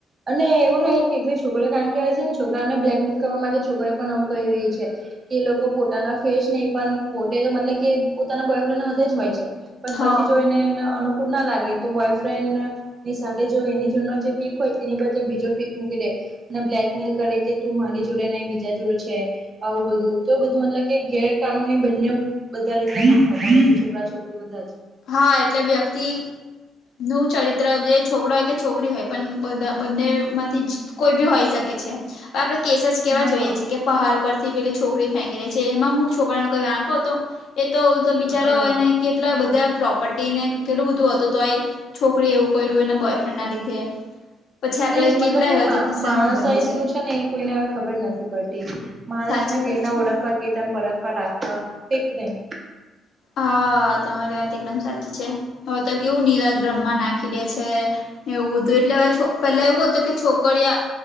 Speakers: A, on the right (about 40°); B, on the left (about 70°).
A: અને એવું નહી કે ભાઈ છોકરે કારણ કેહે આવે છે ને, છોકરાને બ્લેકમેલ કરવા માટે છોકરે પણ આવું કરી રહી છે. કે લોકો પોતાના ફેસ નહી પણ પોતે મતલબ કે પોતાના બોયફ્રેન્ડ હાથે જ હોય છે. પણ
B: હ હા
A: પછી જો એને અનુકૂળ ના લાગે તો બોયફ્રેન્ડ એની સાથે જો એની જ જે પીક હોય તે એની બદલે બીજો પીક મૂકી દે. ને બ્લેકમેલ કરે કે તું મારી જોડે બીજા જોડે છે. આવું બધું તો એ બધું મતલબ કે ગેરકાનૂની બનેઉ. બધારે છોકરા છોકરી બધા જ.
B: હા એટલે વ્યક્તિ. નું ચરિત્ર જે છોકરા હોય કે છોકરી હોય પણ બધા બંને માંથી જ કોઈ બી હોઈ શકે છે હવે આપણે કેસ જ કેવા
A: હા
B: જોઈએ છે કે પહાડ પરથી પેલી છોકરી ફેંકી દે છે, એમાં હું છોકરાનેઈ વાંક હતો એ તો તો બિચારા
A: હા
B: હોય ને કેટલા બધા પ્રોપર્ટી ને કેેટલું બધું હતું તો છોકરી એવું કર્યું એના બોયફ્રેન્ડ ના લીધે. પછી આપડે
A: એ જ મતલબ
B: કેટલા એવા
A: કે
B: તો કિસ્સા
A: માણસ
B: સાંભળીએ
A: એ શું છે ને એ કોઈને ખબર નથી પડતી. માણસને
B: સાચી
A: કે
B: વાત
A: એને
B: છે.
A: ઓળખવા કેતાને પરખવા લાગવા ક નહી
B: હા તમારી વાત એકદમ સાચી છે, હવે તો કેવું નીલા
A: હમ
B: ડ્રમમા નાખ નાખી દે છે ને એવું બધું, એટલે હવે પેલા એવું હતું કે છોકરીયા